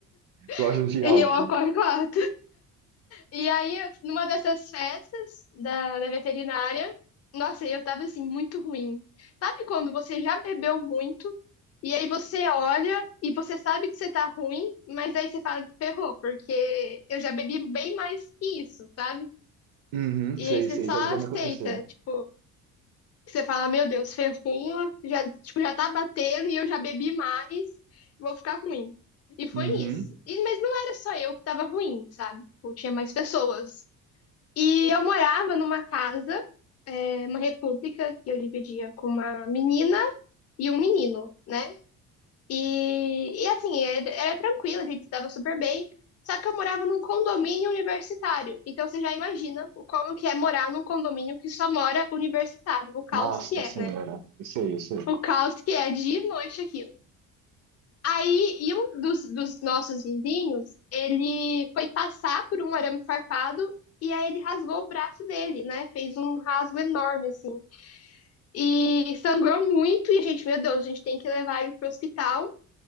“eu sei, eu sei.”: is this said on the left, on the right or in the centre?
Right